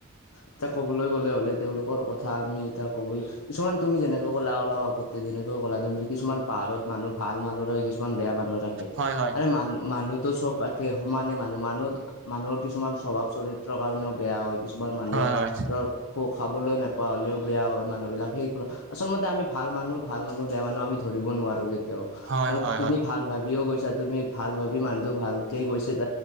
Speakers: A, on the left; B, on the right.
A: এতিয়া ক'বলৈ গ'লে হ'লে তেওঁলোকৰ কথা আমি এতিয়া ক'বলৈ কিছুমান তুমি যেনেকৈ কলা অলপ আগতে যেনেকৈ কলা তুমি কিছুমান পাহাৰত মানুহ ভাল মানুহ থাকে কিছুমান বেয়া মানুহ থাক- কে।
B: হয় হয়
A: আৰে মানু মানুহটো চব পা- সমানে মানুহ মানুহ মানুহৰ কিছুমান স্বভাৱ চৰিত্ৰৰ কাৰণেও বেয়া হয় কিছুমান মানুহে।
B: হয় হয়
A: য'ৰ খো- খাবলৈ নাপা হলেও বেয়া হয় মানুহবিলাক, সেই আচলতে আমি ভাল মানুহ - ভাল মানুহ, বেয়া মানুহ আমি ধৰিব নোৱাৰোঁ কেতিয়াও।
B: হয়
A: আৰু
B: হয়
A: তুমি
B: হয়
A: ভাল ভাবিও গৈছা। তুমি ভাল ভাবি মানুহটো ভালকে গৈছে ত